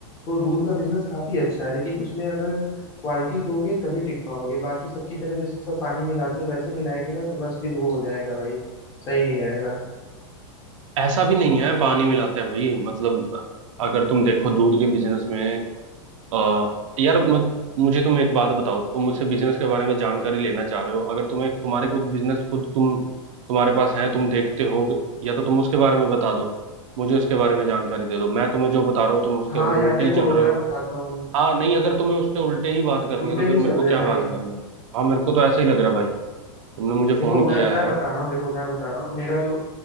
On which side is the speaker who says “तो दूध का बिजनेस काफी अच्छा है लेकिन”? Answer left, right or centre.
Left